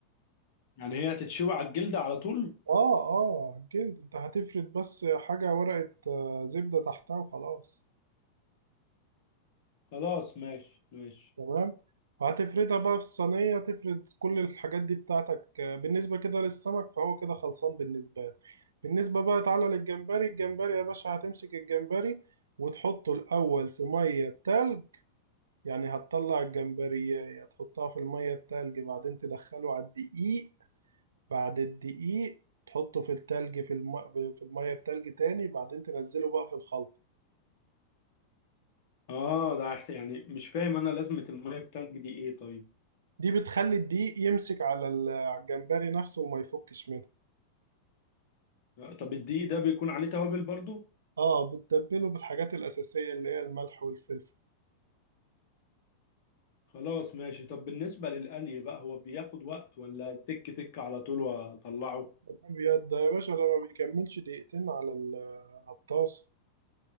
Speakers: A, on the left; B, on the right.
A: يعني هي هتتشوي على الجلدة على طول
B: اه اه جلد انت هتفرد بس حاجة ورقة آه، زبدة تحتها وخلاص
A: خلاص ماشي ماشي
B: تمام وهتفردها بقى في الصينية تفرد كل الحاجات دي بتاعتك آه، بالنسبة كده للسمك فهو كده خلصان بالنسبة لك بالنسبة بقى تعالى للجمبري الجمبري يا باشا هتمسك الجمبري وتحطه الأول في مية بتلج يعني هتطلع الجمبرية هتحطها في المية بتلج بعدين تدخله على الدقيق بعد الدقيق تحطه في التلج في الم... في المية بتلج تاني بعدين تنزله بقى في الخلطة
A: اه ده إحنا- يعني مش فاهم انا لازمة المية التلج دي ايه طيب
B: دي بتخلي الدقيق يمسك على ال- على الجمبري نفسه وما يفكش منه
A: طب الدقيق ده بيكون عليه توابل برضو
B: اه بتتبله بالحاجات الأساسية اللي هي الملح والفلفل
A: خلاص ماشي طب بالنسبة للقلي بقى هو بياخد وقت ولا تك تك على طول واطلعه
B: الأبيض ده يا باشا ده ما بيكملش دقيقتين على ال- على الطاسة